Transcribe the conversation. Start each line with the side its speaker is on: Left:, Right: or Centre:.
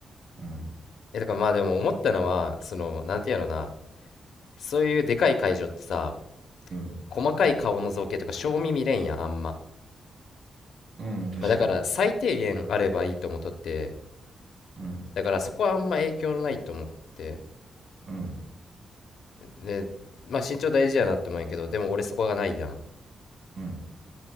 Right: うん。
Left: え、だからまあでも思ったのは、その、なんていうのな、そういうでかい会場ってさ、
Right: うん。
Left: 細かい顔の造形とか、正味見れんやん、あんま。
Right: うん、確かに。
Left: まあだから最低限あればいいと思っとって、
Right: うん。
Left: だからそこはあんま影響ないと思って、
Right: うん。
Left: で、まあ身長大事やなって思うんやけど、でも俺そこがないやん。
Right: うん。